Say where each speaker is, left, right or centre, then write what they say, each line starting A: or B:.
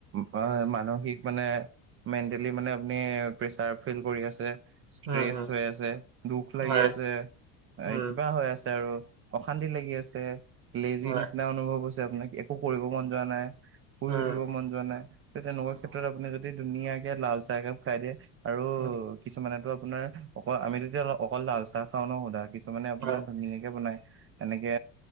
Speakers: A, on the right; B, on the right.
A: মা মানসিক মানে, মেণ্টেলি মানে আপুনি প্ৰেচাৰ ফিল কৰি আছে ষ্ট্ৰেচ
B: উম উম
A: হৈ আছে, দুখ লাগি
B: হয়
A: আছে,
B: উম
A: কিবা হৈ আছে আৰু অশান্তি লাগি আছে, লেজি
B: উম হয়
A: নিচিনা অনুভৱ হৈছে আপোনাক একো কৰিব মন যোৱা নাই শুই
B: উম
A: উঠিব মন যোৱা নাই। ত' তেনেকুৱা ক্ষেত্ৰত আপুনি যদি ধুনীয়াকে লাল চাহ একাপ খাই দিয়ে আৰু
B: হয়
A: কিছুমানেটো আপোনাৰ অক--আমিটো এতিয়া অকল লাল চাহ খাওঁ ন' সদায় কিছু মানে আপোনাৰ
B: উম
A: ধুনীয়াকে বনাই এনেকে